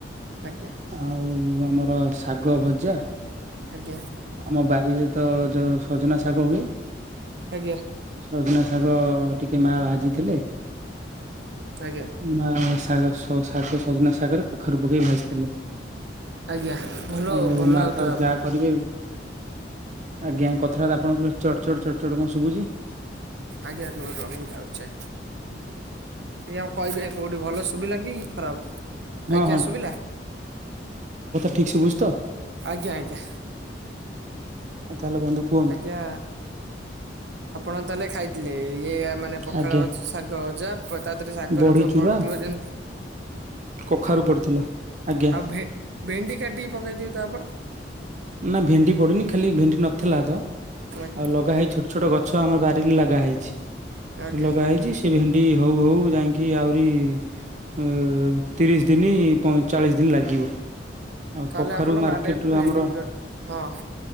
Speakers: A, on the right; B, on the right.
A: ଆଜ୍ଞା
B: ଆଉ ଆମର ଶାଗ ଭଜା
A: ଆଜ୍ଞା।
B: ଆମ ବାରିରେ ତ ଯୋଉ ସଜନା ଶାଗ ହୁଏ
A: ଆଜ୍ଞା।
B: ସଜନା ଶାଗର ଟିକେ ମା ଭଜିଥିଲେ
A: ଆଜ୍ଞା
B: ମା ଶାଗ ସଜନା ଶାଗରେ କୋଖାରୁ ପକେଇ ଭାଜିଥିଲେ।
A: ଆଜ୍ଞା ଭଲ
B: ହଉ
A: ଭଲ
B: ମା
A: ଲାଗୁଥିବ
B: ତ
A: ଆପଣଙ୍କୁ
B: ଯାହା କରିବେ ଆଜ୍ଞା କଥାବାର୍ତା ଆପଣଙ୍କର ଚ ଚଟ ଚଟ ଚଟ କଣ ଶୁଭୁଛି।
A: ଆଜ୍ଞା ରୁହ ରୁହ ମୁଁ ଯାଉଛି ଆଉ କହିବି କୋଉଠି ଭଲ ଶୁଭିଲା କି ଖରାପ
B: ହଁ
A: ଆଜ୍ଞା ଶୁଭିଲା।
B: ଠିକ୍ ବୁଝ ତ
A: ଆଜ୍ଞା ଆଜ୍ଞା।
B: ଆଉ ତାହେଲେ ବନ୍ଧୁ କୁହନ୍ତୁ
A: ଆଜ୍ଞା ଆପଣ ତାହେଲେ ଖାଇଥିଲେ ଇଏ ମାନେ ପଖାଳ
B: ଆଜ୍ଞା
A: ଶାଗଜା ତା ଦେହରେ ଶାଗରେ
B: ବଢି ଚୁରା
A: ବ ଥିବ ଯେମତି
B: କଖାରୁ ପଡିଥିଲା। ଆଜ୍ଞା
A: ଆଉ ଭେଣ୍ଡିିକା ଟିକେ ପକାଇଥିବେ ତ ଆପଣ
B: ନା ଭେଣ୍ଡି ପଡୁନି ଖାଲି ଭେଣ୍ଡି ନଥିଲା ତ
A: ଆଜ୍ଞା
B: ଆଉ ଲଗା ହେଇଛି ଛୋଟ ଛୋଟ ଗଛ ଆମର ବାରି ଲଗା ହେଇଛି
A: ଆଜ୍ଞା
B: ଲଗା ହେଇଛି ସେ ଭେଣ୍ଡି ହଉ ହଉ ଯାଇକି ଆହୁରି ଅ ତିରିଶ ଦିନ ପ ଚାଳିଶ ଦିନ ଲାଗିବ। ଆଉ
A: ତାହେଲେ
B: କଖାରୁ
A: ଆପଣ
B: ମାର୍କେଟରୁ
A: ବେ ବି ଭେଣ୍ଡିଇ
B: ଆମର
A: ହଁ